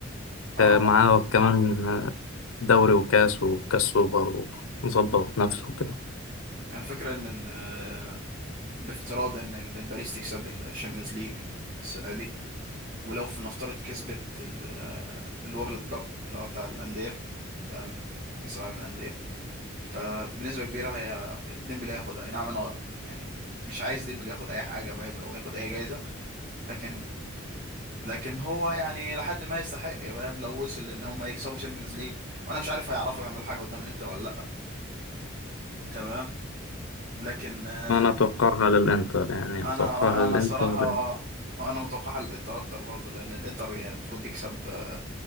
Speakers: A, on the right; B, on the left.
A: اه
B: آه، معاه كمان آه، دوري وكاس وكاس سوبر ومظبط نفسه كده
A: الفكره ان ال... بافتراض ان ال- الباريس تكسب الشامبيونز ليج السنه دي ولو في نفترض كسبت ال- آه، الورلد كاب اللي هو بتاع الانديه تمام كاس العالم للانديه فبنسبه كبيره هي ديمبلي هياخدها أي نعم انا يعني مش عايز ديمبلي ياخد اي حاجه فاهم او ياخد اي جايزه لكن لكن هو يعني لحد ما يستحق فاهم لو وصل ان هم يكسبوا شامبيونز ليج وانا مش عارف هيعرفوا يعملوا حاجه قدام الانتر ولا لا تمام لكن آه،
B: أنا أتوقعها للإنتر يعني
A: انا
B: أتوقعها للإنتر
A: انا الصراحه انا متوقع الانتر اكتر برضه لان الانتر يعني المفروض يكسب آه،